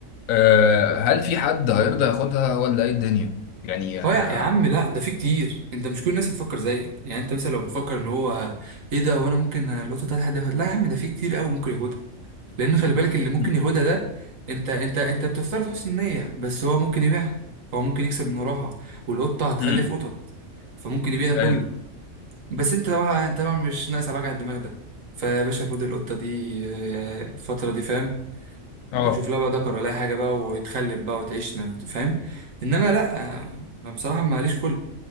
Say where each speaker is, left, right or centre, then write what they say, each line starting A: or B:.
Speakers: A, on the left; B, on the right.
A: أه هل في حد هيرضى ياخدها ولا ايه الدنيا؟ يعني احنا
B: هو يا يا عم لا ده في كتير انت مش كل الناس هتفكر زيك يعني انت مثلا لو بتفكر ان هو ايه ده وانا ممكن القطه بتاعتي حد ياخد لا يا عم ده في كتير قوي ممكن ياخدها لان خلي بالك اللي ممكن
A: مم.
B: ياخدها ده انت انت انت بتفترض حسن النية بس هو ممكن يبيعها فهو ممكن يكسب من وراها والقطة هتخلف
A: مم.
B: قطط فممكن يبيع ده كله
A: ايه
B: بس انت طبعا انت طبعا مش ناقص على وجع الدماغ ده فيا باشا خد القطة دي آه، الفترة دي فاهم
A: اه
B: وشوف لها بقى ذكر ولا أي حاجة بقى ويتخلف بقى وتعيش ن- فاهم انما لا آه، انا بصراحة ماليش خلق